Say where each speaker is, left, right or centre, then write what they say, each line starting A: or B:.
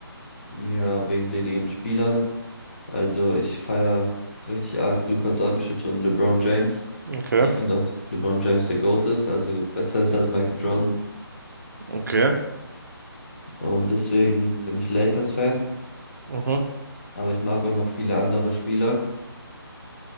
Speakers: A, on the left; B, on the right.
A: Ja, wegen den ihren Spielern. Also ich feiere richtig arg Luka Doncic und LeBron James.
B: Okay.
A: Ich finde auch, dass LeBron James der GOAT ist, also besser ist als Michael Jordan.
B: Okay.
A: Und deswegen bin ich Lakers-Fan.
B: Mhm.
A: Aber ich mag auch noch viele andere Spieler.